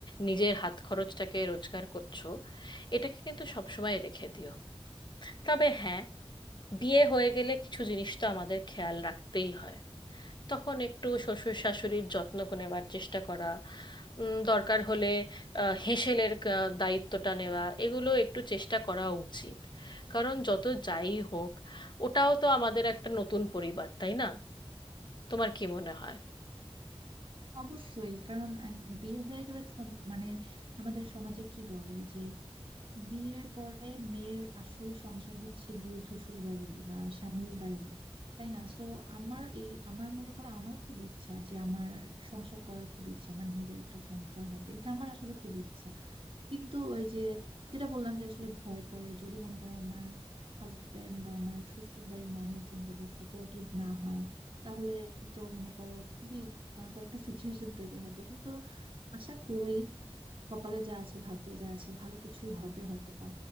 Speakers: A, on the left; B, on the right.
A: নিজের হাত খরচটাকে রোজগার করছো এটাকে কিন্তু সবসময় রেখে দিও তবে হ্যাঁ বিয়ে হয়ে গেলে কিছু জিনিস তো আমাদের খেয়াল রাখতেই হয় তখন একটু শ্বশুর শাশুড়ির যত্ন নেওয়ার চেষ্টা করা উম, দরকার হলে আহ, হেঁসেলের কা- দায়িত্বটা নেওয়া এগুলো একটু চেষ্টা করা উচিত কারণ যত যাই হোক ওটাও তো আমাদের একটা নতুন পরিবার তাই না তোমার কি মনে হয়
B: অবশ্যই কারণ এক- বিয়ে হয়ে গেলে তো তোমার- মানে আমাদের সমাজে কি বলে যে বিয়ের পরে মেয়ের আসল সংসার হচ্ছে গিয়ে শ্বশুর বাড়ি বা স্বামীর বাড়ি তাই না তো আমার এই আমার মনে করো আমার খুব ইচ্ছা যে আমার সংসার করার খুব ইচ্ছা আমার নিজের একটা সংসার হবে এটা আমার আসলে খুব ইচ্ছা কিন্তু ওই যে যেটা বললাম যে আসলে ভয় করে যদি মনে করো আমার হাজবেন্ড বা আমার শ্বশুর বাড়ির মানুষজন যদি সাপোর্টিভ না হয় তাহলে তো মনে করো খুবই ভয়ঙ্কর একটা সিচুয়েশন তৈরি হবে কিন্তু আশা করি কপালে যা আছে ভাগ্যে যা আছে ভালো কিছুই হবে হয়তো বা